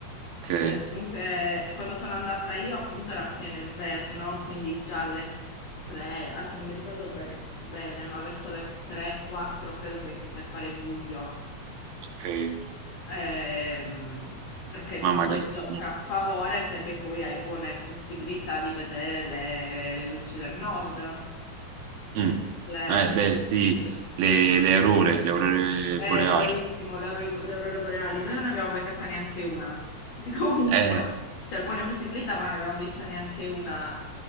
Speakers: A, on the right; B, on the left.
A: Okay,
B: Perché comunque eh, quando sono andata io appunto era pieno inverno, quindi già alle 3, adesso non mi ricordo bene, bene, ma verso le 3-4 credo che iniziasse a fare buio.
A: okay.
B: Ehm, che
A: Ma
B: comunque
A: magari
B: gioca
A: mh.
B: a favore perché poi hai buone possibilità di vedere le, le luci del nord.
A: Mh.
B: Le,
A: Eh beh sì,
B: che si chiama?
A: le le aurore, le aurore
B: Eh,
A: boreali.
B: bravissimo, le aurori- le aurore boreali. Noi non ne abbiamo beccata neanche una. <laughs> Comunque,
A: Eh,
B: cioè buone possibilità, ma non ne abbiamo vista neanche una.